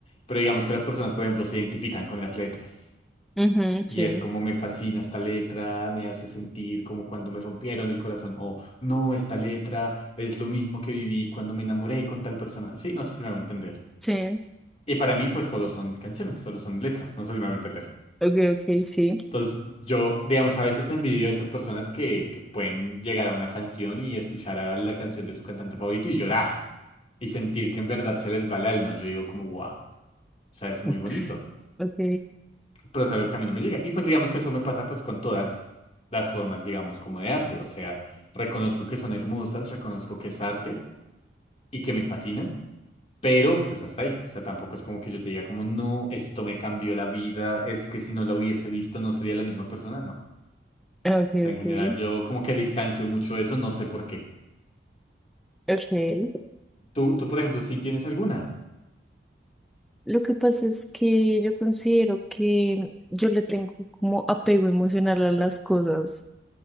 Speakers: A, on the left; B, in the centre.
A: Pero digamos que las personas, por ejemplo, se identifican con las letras.
B: ujú, sí,
A: Y es como me fascina esta letra, me hace sentir como cuando me rompieron el corazón, o no, esta letra es lo mismo que viví cuando me enamoré con tal persona. Sí, no sé si me va a entender.
B: sí,
A: Y para mí, pues solo son canciones, solo son letras, no sé si me van a entender.
B: ok, ok, sí,
A: Entonces, yo, digamos, a veces envidio a esas personas que, que pueden llegar a una canción y escuchar a la canción de su cantante favorito y llorar y sentir que en verdad se les va el alma. Yo digo como, wow, o sea, es
B: ok,
A: muy bonito,
B: ok,
A: pero es algo que a mí no me llega. Y pues digamos que eso me pasa pues con todas las formas, digamos, como de arte. O sea, reconozco que son hermosas, reconozco que es arte y que me fascinan Pero pues hasta ahí, o sea, tampoco es como que yo te diga como, no, esto me cambió la vida, es que si no la hubiese visto no sería la misma persona, no. O
B: ok,
A: sea, en general yo como que distancio mucho eso, no sé por qué.
B: ok.
A: Tú, tú por ejemplo, sí tienes alguna.
B: Lo que pasa es que yo considero que yo le tengo como apego emocional a las cosas.